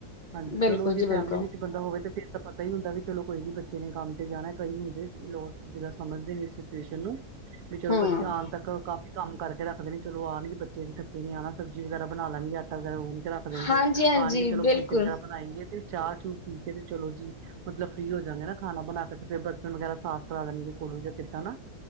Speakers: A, on the right; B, on the left.
A: ਹਾਂਜੀ,
B: ਬਿਲਕੁਲ
A: ਚਲੋ ਉਹ
B: ਜੀ ਬਿਲਕੁਲ
A: ਫੈਮਿਲੀ ਵੀ ਬੰਦਾ ਹੋਵੇ ਤੇ ਫੇਰ ਤਾਂ ਪਤਾ ਹੀ ਹੁੰਦਾ ਵੀ ਚਲੋ ਕੋਈ ਨੀ ਬੱਚੇ ਨੇ ਕੰਮ ਤੇ ਜਾਣਾ, ਕਈ ਹੁੰਦੇ ਲੋ ਜਿਹੜਾ ਸਮਝਦੇ ਨੇ ਸਿਚੁਏਸ਼ਨ ਨੂੰ, ਵੀ ਚਲੋ
B: ਹਮ
A: ਬੱਚੇ ਆਣ ਤੱਕ ਕਾਫੀ ਕੰਮ ਕਰਕੇ ਰੱਖਦੇ ਨੇ, ਚਲੋ ਆਣਗੇ ਬੱਚੇ ਨੇ ਥੱਕੇ ਨੇ ਆਣਾ, ਸਬਜ਼ੀ ਵਗੈਰਾ ਬਣਾ ਲੈਣਗੇ, ਆਟਾ ਵਗੈਰਾ ਰੱਖ ਦੇਣਗੇ,
B: ਹਾਂਜੀ ਹਾਂਜੀ
A: ਆਣਗੇ ਚਲੋ
B: ਬਿਲਕੁਲ
A: ਫੁਲਕੇ ਵਗੈਰਾ ਬਣਾਏਂਗੇ, ਤੇ ਚਾਹ-ਚੂ ਪੀਕੇ ਤੇ ਚਲੋ ਜੀ ਮਤਲਬ ਫ੍ਰੀ ਹੋ ਜਾਂਗੇ, ਨਾ ਖਾਣਾ ਬਣਾਕੇ ਫਿਰ ਬਰਤਨ ਵਗੈਰਾ ਸਾਫ਼ ਕਰਾ ਦੇਣਗੇ, ਕੁੜੂ ਜਾਂ ਕਿੱਦਾਂ ਨਾ